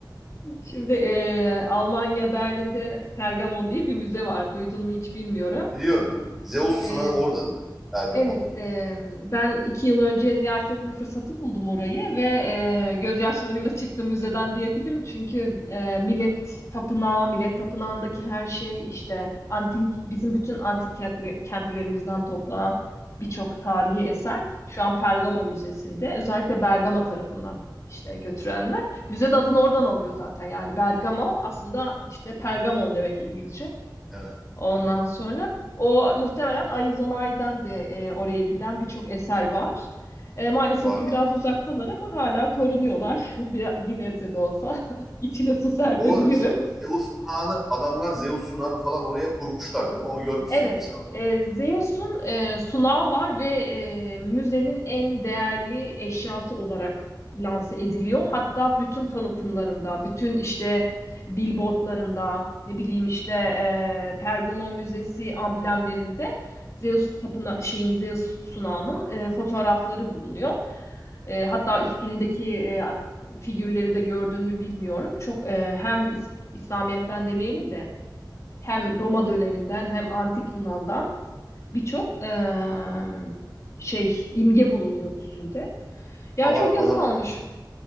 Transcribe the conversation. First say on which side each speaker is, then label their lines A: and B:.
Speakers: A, on the left; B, in the centre.
A: Şimdi eee, Almanya Berlin'de Pergamon diye bir müze var. Duydun mu hiç bilmiyorum.
B: Biliyorum. yani. Zeus sunağı
A: E,
B: orada değil mi? Ergamon.
A: Evet, e, ben iki yıl önce ziyaret etme fırsatı buldum orayı ve e, gözyaşlarıyla
B: Hadi ya.
A: çıktım müzeden diyebilirim. Çünkü e, Millet
B: Evet.
A: Tapınağı, Millet Tapınağı'ndaki her şey işte antik, bizim bütün antik kentli- kentlerimizden toplanan birçok tarihi eser şu an Pergamo Müzesi'nde. Özellikle Bergama tarafından işte götürenler. Müze de adını oradan alıyor zaten. Yani Bergamo aslında işte Pergamon demek İngilizce.
B: Evet.
A: Ondan
B: Evet.
A: sonra o muhtemelen Arizona'dan de e, oraya giden birçok eser var. E, maalesef
B: Vardı.
A: ki biraz uzaktalar ama hala korunuyorlar <laughs> bir, bir nebze de olsa. <laughs> İçine su serpebilirim.
B: O Ze- Zeus sunağını adamlar Zeus sunağını falan oraya kurmuşlar değil mi? Onu görmüşsündür
A: Evet,
B: sen o zaman.
A: e, Zeus'un e, sunağı var ve e, müzenin en değerli eşyası olarak lanse ediliyor. Hatta bütün tanıtımlarında, bütün işte billboardlarında, ne bileyim işte e, Pergamon Müzesi amblemlerinde Zeus tapına şeyin Zeus sunağının
B: Bak,
A: e, fotoğrafları bulunuyor. E, hatta üstündeki e, figürleri de gördün mü bilmiyorum. Çok e, hem İs- İslamiyet'ten demeyelim de hem Roma döneminden hem antik Yunan'dan birçok eee, şey imge bulunuyor üstünde. Ya
B: Kabartmaları
A: çok yazık olmuş.
B: falan.